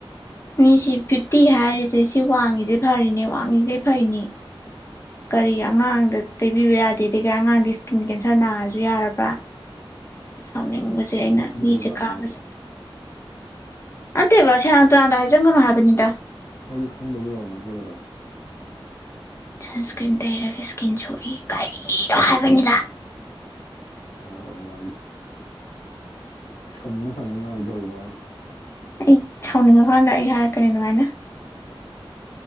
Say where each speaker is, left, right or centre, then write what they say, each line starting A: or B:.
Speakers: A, on the left; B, on the left.
A: ꯃꯤꯁꯤ ꯐꯤꯐꯇꯤ ꯍꯥꯏꯔꯤꯁꯦ ꯁꯤ ꯋꯥꯡꯉꯤꯖꯦ ꯐꯔꯤꯅꯦ ꯋꯥꯡꯉꯤꯒꯩ ꯐꯩꯅꯤ ꯀꯔꯤ ꯑꯉꯥꯡꯗ ꯄꯤꯕꯤꯕ ꯌꯥꯗꯦꯗꯤꯒꯤ ꯑꯉꯥꯡꯗꯤ ꯏꯁꯀꯤꯟ ꯀꯦꯟꯁꯔ ꯅꯥꯔꯖꯨ ꯌꯥꯔꯕ꯭ꯔꯥ ꯁꯥꯎꯅꯤꯡꯕꯖꯤ
B: ꯅꯪꯗꯤ
A: ꯑꯩꯅ
B: ꯅꯪꯗꯤ
A: ꯃꯤꯖꯦ
B: ꯑꯣꯖꯥꯅꯤꯗꯅ
A: ꯀꯥꯕꯖꯦ ꯅꯠꯇꯦꯕ ꯁꯦꯔꯟ ꯇꯨꯔꯟꯗꯣ ꯍꯥꯏꯖꯤꯟꯒꯅꯣ ꯍꯥꯏꯕꯅꯤꯗ
B: ꯃꯣꯏꯖꯨ ꯈꯪꯗꯕꯩ ꯑꯣꯏꯔꯝꯒꯅꯤ ꯀꯩꯗꯧꯔꯒꯦ
A: ꯁꯟꯁꯀ꯭ꯔꯤꯟ ꯇꯩꯔꯒ ꯏꯁ꯭ꯀꯤꯟ ꯁꯣꯛꯏ ꯀꯔꯤꯗ ꯍꯥꯏꯕꯅꯤꯗ
B: ꯍꯧꯔꯦ ꯍꯧꯔꯦ ꯃꯥꯒꯤ ꯁꯪꯉ ꯁꯪꯉꯒ ꯉꯥꯡꯕꯤꯖꯦ ꯍꯧꯔꯦ ꯃꯥꯒꯤ
A: ꯑꯩ ꯁꯥꯎꯅꯤꯡꯉꯀꯥꯟꯗ ꯑꯩ ꯍꯥꯏꯔꯛꯀꯅꯤ ꯑꯗꯨꯃꯥꯏꯅ